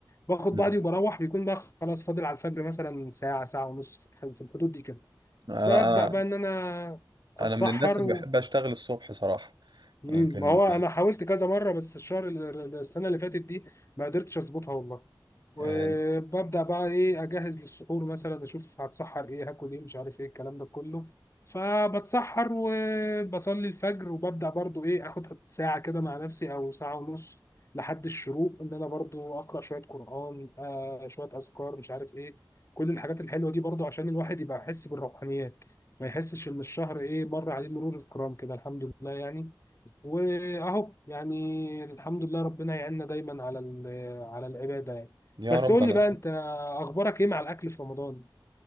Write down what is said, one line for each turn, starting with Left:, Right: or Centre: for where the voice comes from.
Left: باخد
Right: مم.
Left: بعضي وبروح بيكون بقى خلاص فاضل على الفجر مثلا ساعه ساعه ونص في الحدود دي كده
Right: لا
Left: ببدا
Right: انا
Left: بقى ان انا اتسحر
Right: انا من الناس اللي بحب اشتغل الصبح صراحه
Left: مم.
Right: يعني كان
Left: ما هو انا حاولت كذا مره بس الشهر ال- السنه اللي فاتت دي ما قدرتش اظبطها والله وببدا
Right: آه،
Left: بقى ايه اجهز للسحور مثلا اشوف هتسحر ايه هاكل ايه مش عارف ايه الكلام ده كله فبتسحر وبصلي الفجر وببدا برضو ايه اخد ساعه كده مع نفسي او ساعه ونص لحد الشروق ان انا برضو اقرا شويه قران آه شويه اذكار مش عارف ايه كل الحاجات الحلوه دي برضو عشان الواحد يبقى يحس بالروحانيات ما يحسش ان الشهر ايه مر عليه مرور الكرام كده الحمد لله يعني واهو يعني الحمد لله ربنا يعيننا دايما على ال- على العباده يعني
Right: يا
Left: بس
Right: رب
Left: قول
Right: انا
Left: لي بقى انت اخبارك ايه مع الاكل في رمضان